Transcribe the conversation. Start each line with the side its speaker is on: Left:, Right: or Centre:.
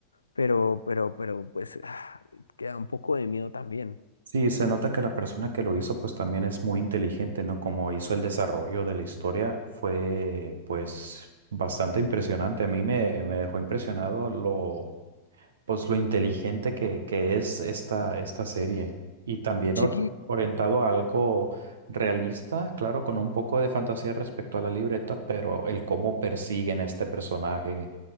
Left: pero, pero, pero, pues, ah, queda un poco de miedo también.
Right: Sí, se nota que la persona que lo hizo pues también es muy inteligente, ¿no? Como hizo el desarrollo de la historia fue pues bastante impresionante. A mí me, me dejó impresionado lo pues lo inteligente que, que es esta, esta serie y también
Left: Sí,
Right: or- orientado a algo realista, claro, con un poco de fantasía respecto a la libreta, pero el cómo persiguen a este personaje,